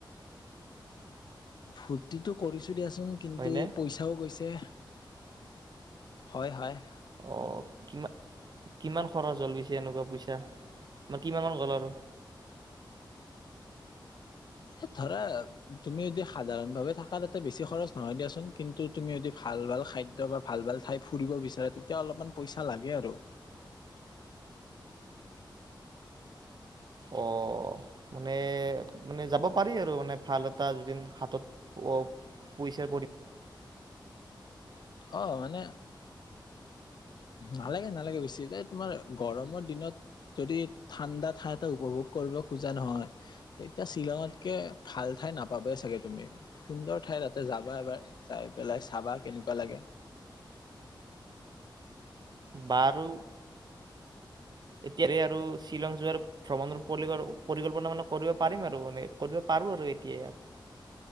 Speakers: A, on the left; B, on the right.
A: ফূৰ্তিটো কৰিছো। দিয়াচোন কিন্তু
B: হয়নে?
A: পইছাও গৈছে। হয় হয়
B: অ' কি কিমান খৰচ হ'ল পিছে এনেকুৱা ‍ পইছা, কিমান মান গ'ল আৰু?
A: এ ধৰা তুমি যদি সাধাৰণ ভাৱে থাকা তাতে বেছি খৰচ নহয় দিয়াচোন কিন্তু তুমি যদি ভাল ভাল খাদ্য বা ভাল ভাল ঠাই ফুৰিব বিচাৰো তেতিয়া অলপমান পইচা লাগে আৰু।
B: অ মানে মানে যাব পাৰি আৰু মানে ভাল এটা এদিন হাতত অ পইচাৰ পৰি।
A: অহ মানে নালাগে নালাগে বেছি এই তোমাৰ গৰমৰ দিনত যদি ঠাণ্ডা ঠাই এটা উপভোগ কৰিব খোজা নহয় তেতিয়া শ্বিলঙতকে ভাল ঠাই নাপাবাই চাগে তুমি, সুন্দৰ ঠাই তাতে যাবা এবাৰ চাই পেলাই চাবা কেনেকুৱা লাগে।
B: বাৰু এতিয়া আৰু শ্বিলং যোৱাৰ ভ্ৰমণৰ পৰি পৰিকল্পনা মানে কৰিব পাৰিম আৰু মানে কৰিব পাৰো আৰু এতিয়া।